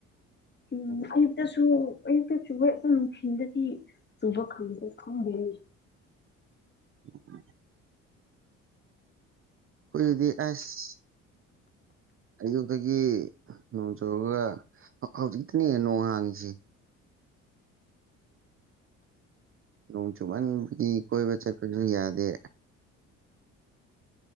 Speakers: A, on the right; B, on the left.
A: ꯑꯣ
B: ꯎꯝ ꯑꯌꯨꯛꯇꯁꯨ ꯑꯌꯨꯛꯇ ꯆꯨꯋꯦ ꯑꯗꯨ ꯅꯨꯡꯊꯤꯟꯗꯗꯤ ꯆꯨꯕ ꯈꯪꯗꯦ ꯈꯪꯗꯦꯅꯦ
A: <unintelligible> ꯑꯗꯨꯗꯤ ꯑꯁ ꯑꯌꯨꯛꯇꯒꯤ ꯅꯣꯡ ꯆꯨꯨꯔꯒ ꯍꯧꯖꯤꯛꯇꯅꯦ ꯅꯣꯡ ꯍꯥꯡꯉꯤꯁꯤ ꯅꯣꯡ ꯆꯨꯃꯟꯕꯒꯤ ꯀꯣꯏꯕ ꯆꯠꯄꯁꯨ ꯌꯥꯗꯦ